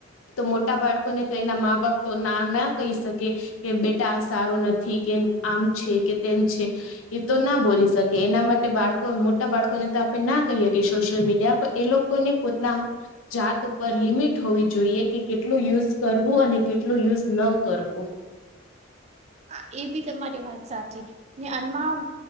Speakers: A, on the left; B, on the right.
A: તો મોટા બાળકોને તો એના મા- બાપ તો ના ના કહી શકે કે બેટા સારું નથી. કે આમ છે કે તેમ છે. એ તો ના બોલી શકે. એના માટે બાળકો મોટા બાળકો ને તો આપણે ના કહીએ કે સોશિયલ મીડ ડીયા એ લોકોને પોતાના જાત ઉપર લિમિટ હોવી જોઈએ કે કેટલું યુઝ કરવું અને કેટલું યુઝ ન કરવું
B: હા એ બી તમારી વાત સાચી ને આનમાં